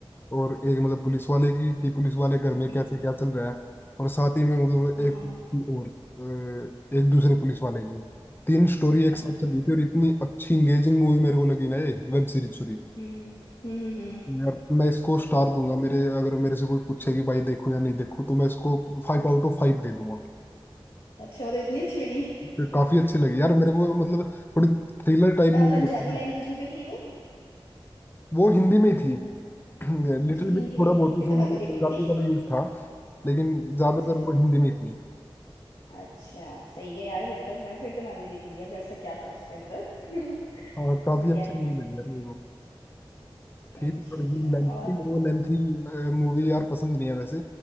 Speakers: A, on the left; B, on the left.
A: और एक मतलब पुलिस वाले की कि पुलिस वाले घर में
B: हम्म,
A: कैसे क्या चल रहा है और साथ ही में मतलब
B: हाँ
A: एक की और अ, एक दूसरे पुलिस वाले की तीन स्टोरी एक
B: अ-
A: साथ चल रही थी और इतनी अच्छी इंगेजिंग मूवी मेरे को लगी ना ये वेब सीरीज सॉरी
B: हम्म हम्म हम्म हम्म।
A: यार मैं इसको स्टार दूंगा मेरे अगर मेरे से कोई पूछे कि भाई देखूं या नहीं देखूं तो मैं इसको फाइव आउट ऑफ फाइव दे दूंगा
B: अच्छा मतलब इतनी अच्छी लगी
A: फिर काफी अच्छी लगी यार मेरे को मतलब थोड़ी थ्रिलर टाइप
B: अ,
A: मूवी
B: पंजाबी
A: होती है ना
B: लैंग्वेज में थी वो
A: वो हिंदी में ही थी <clears throat> लिटिल
B: अच्छा हिंदी
A: बिट थोड़ा
B: में
A: बहुत
B: थी फिर
A: उसमें
B: तो
A: मतलब
B: मैं भी देख
A: पंजाबी
B: लूंगी
A: का भी यूज था लेकिन ज्यादातर
B: अच्छा अच्छा
A: वो हिंदी में ही थी
B: अच्छा सही है यार फिर तो मैं फिर तो मैं भी देखूंगी अब ऐसा क्या था उसके अंदर <laughs>
A: हाँ काफी
B: बढ़िया
A: अच्छी
B: है बढ़िया
A: मूवी लगी यार मेरे को थी
B: अच्छा
A: तो थोड़ी
B: अच्छा
A: लेंथी
B: और
A: वो लेंथी मूवी यार पसंद नहीं है वैसे